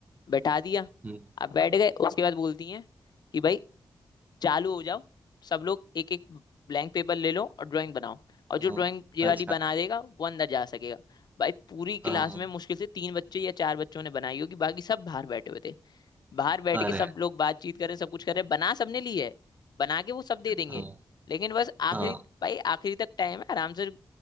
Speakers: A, on the left (about 60°); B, on the right (about 20°).
A: बैठा दिया
B: हम्म,
A: अब बैठ गए उसके बाद बोलती हैं कि भाई चालू हो जाओ सब लोग एक एक ब्लैंक पेपर ले लो और ड्राइंग बनाओ और
B: हाँ
A: जो ड्राइंग ये वाली
B: अच्छा
A: बना देगा वो अंदर जा सकेगा भाई पूरी क्लास
B: हाँ हाँ।
A: में मुश्किल से तीन बच्चे या चार बच्चों ने बनाई होगी बाकी सब बाहर बैठे हुए थे बाहर बैठ
B: अरे
A: के सब
B: <laughs>
A: लोग बातचीत कर रहे हैं सब कुछ कर रहे हैं बना सबने ली है बना के वो सब दे देंगे
B: हाँ
A: लेकिन बस आखिरी
B: हाँ
A: भाई आखिरी तक टाइम है आराम से